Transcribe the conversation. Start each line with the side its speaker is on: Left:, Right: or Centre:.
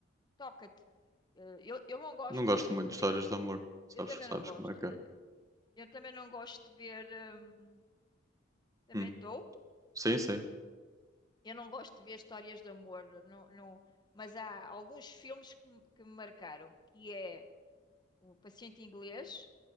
Left: Toca-te. Eh, Eu, eu não gosto
Right: Não gosto
Left: de,
Right: muito
Left: de
Right: de
Left: ver.
Right: histórias de amor. Sabes,
Left: Eu também
Right: sabes
Left: não gosto.
Right: como é que
Left: Eu,
Right: é?
Left: eu também não gosto de ver. hum, também
Right: Hum.
Left: estou.
Right: Sim, sim.
Left: Eu não gosto de ver histórias de amor. Não, não, mas há alguns filmes que, me- que me marcaram, que é O Paciente Inglês